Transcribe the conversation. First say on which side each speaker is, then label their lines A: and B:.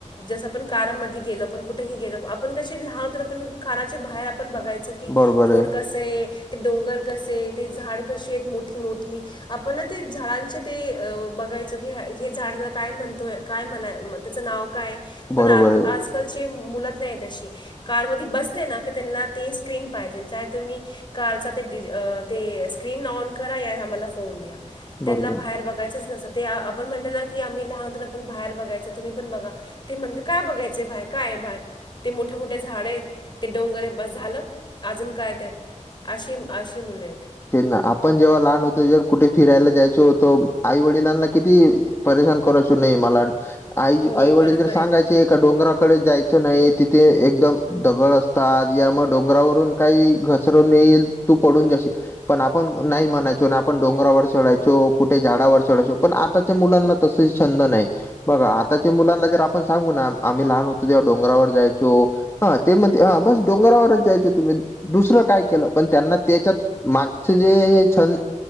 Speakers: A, on the left (about 40°); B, on the left (about 20°).
A: जस आपण कारामध्ये गेलो आपण कुठेही गेलो आप- आपण कसे लहान तर आपण काराचे बाहेर आपण बघायचो की
B: बरोबर
A: रोड
B: आहे
A: कस- से, ते डोंगर कसे आहे, ते झाड कसे आहेत मोठी मोठी. आपण ना ते झाडांचे ते बघायचो की हे झाडला- काय म्हणतोय काय म्हणाय त्याचं नाव काय
B: बरोबर
A: पण आल्
B: आहे
A: आजकालची मुलंत नाही तशी. कार मध्ये बसले ना का त्यांना ते स्क्रीन पाहिजेल, चाहे तुम्ही. कालच ते डिज अ ते स्क्रीन ऑन करा या आम्हाला फोन द्या. त्यांना
B: बरोबर
A: बाहेर
B: आहे.
A: बघायचंच नसत, ते आपण म्हटल ना. की आम्ही लहान होतो ना पण बाहेर बघायचो तुम्ही पण बघा, ते म्हणतात काय बघायचे बाहेर काय बाहेर. ते मोठे मोठे झाड आहेत, ते डोंगर आहेत बस झालं. अजून काय त्यात, अशी अशी मुलं आहेत.
B: तेच ना, आपण जेव्हा लहान होतो, जेव्हा कुठे फिरायला जायचो होतो, आई वडिलांना किती- परेशान करायचो नाही मला- आई जी
A: हो
B: आई वडील
A: बरोबर
B: जर सांगायचे
A: आहे
B: का डोंगराकडे जायचं नाही तिथे एकदम- दगड असतात यामुळे डोंगरावरून काही घसरून येईल, तू पडून जाशील. पण आपण नाही म्हणायचो आन् आपण डोंगरावर चढायचो कुठे झाडावर चढायळचो पण आप- आजकालच्या मुलांना तसे छंद नाही. बघा आताच्या मुलांना जर आपण सांगू ना आम्ही लहान होतो तेव्हा डोंगरावर जायचो. हा ते म्हणते
A: हो
B: हा
A: हो
B: बस डोंगरावरच जायचे तुम्ही. दुसरं काय केलं पण त्यांना त्याच्यात मागच जे. छंद